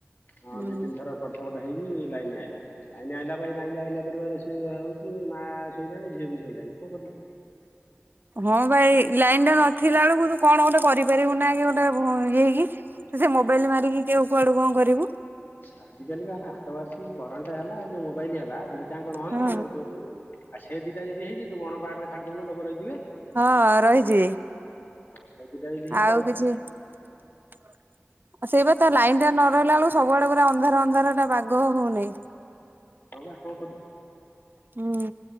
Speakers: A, on the left; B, on the right.
A: ହଁ
B: ହୁଁ।
A: ଦି ତିନି ଥର କଟ ହେଇକି ଲାଇନ ଆଇଲା କଟ ଲାଇନ ଆଇଲା ନାଇ ଆଇଲା ଆଇଲାପରେ ରୋଷି ହଉଛି ମା ଶୋଇଲାଣି ଝିଅ ବି। ଇିଲଣି କଣ କରିବୁ।
B: ହଁ ଭାଇ ଲାଇନା ନଥିଲା ବେଳକୁ ତୁ କଣ ଗୋଟେ କରିପାରିବୁ ନା ଗୋଟେ ହେଇକି? ତ ସେ ମୋବାଇଲ ମାରିକି କେଉ କୁଆଡୁ କଣ କରିବୁ।
A: ଆଜିକାଲି ହେଲା ହାତ ବାର କରେଣ୍ଟ ହେଲା ମୋବାଇଲ ହେଲା ତାଙ୍କ ନୁହେ
B: ହଁ
A: ନା ମାନେ ତୋ ଆଉ ସେ ଦିଟା ଯଦ ହେଇଛିୁ ବଣ ପାହା ଛାଡିଦନୁ ଲୋକ ରହିିଯିବେ।
B: ହଁ ରହିଛି
A: ସବିତା ଏଇଠି ହେଇଛି
B: ଆଉ କିଛି ଆଉ ସେଇ ବା ତା ଲାଇନ ଟା ନ ରହିଲା ବେଳ ସବୁବେଡଳେ ପୁରା ଅନ୍ଧାର ଅନ୍ଧାର ଟା ବାଗ ହଉନି।
A: ହଉ ବା କଣ କରିବି।
B: ହୁଁ